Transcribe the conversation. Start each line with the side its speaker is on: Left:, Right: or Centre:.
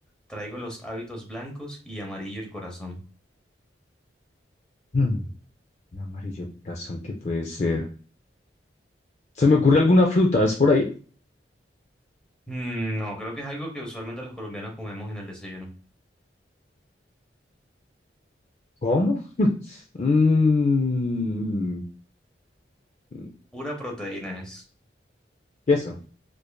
Centre: Traigo los hábitos blancos y amarillo el corazón.
Left: Mm. Amarillo el corazón, ¿qué puede ser? ¿Se me ocurre alguna fruta? ¿Es por ahí?
Centre: Mm, no, creo que es algo que usualmente los colombianos comemos en el desayuno.
Left: ¿Cómo? <laughs> Mm. Mm,
Centre: Pura proteína es.
Left: Queso,